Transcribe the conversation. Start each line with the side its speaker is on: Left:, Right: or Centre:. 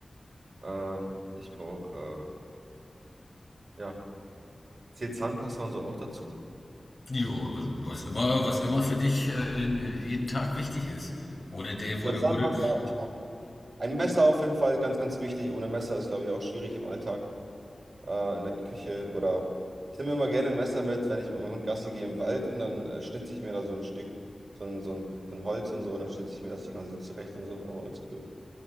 Right: Ähm, ich brauche, äh, ja, zählt Zahnpasta und so auch dazu?
Left: Jo, was immer, was immer für dich äh, in- jeden Tag wichtig ist. Ohne den, wo
Right: Ja,
Left: du,
Right: Zahnpasta.
Left: wo du.
Right: Ein Messer auf jeden Fall, ganz, ganz wichtig. Ohne Messer ist, glaube ich, auch schwierig im Alltag. äh, in der Küche oder ich nehme immer gerne ein Messer mit, wenn ich mit meinem Hund Gassi gehe im Wald und dann äh, schnitze ich mir da so ein Stück, so ein, so ein, so ein Holz und so und dann schnitze ich mir das die ganze Zeit zurecht und so, aber ganz cool.